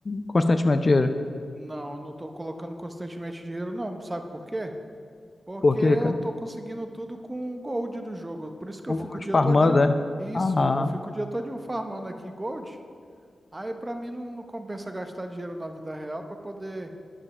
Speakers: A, on the left; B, on the right.
A: constantemente dinheiro.
B: Não, eu não tô colocando constantemente dinheiro, não. Sabe por quê? Porque
A: Por quê,
B: eu tô conseguindo tudo com o gold do jogo. Por isso que eu
A: Um
B: fico
A: gol
B: o
A: de
B: dia
A: farmando,
B: todinho.
A: né?
B: Isso,
A: Ah,
B: eu fico o dia todinho farmando aqui gold. Aí pra mim não, não compensa gastar dinheiro na vida real pra poder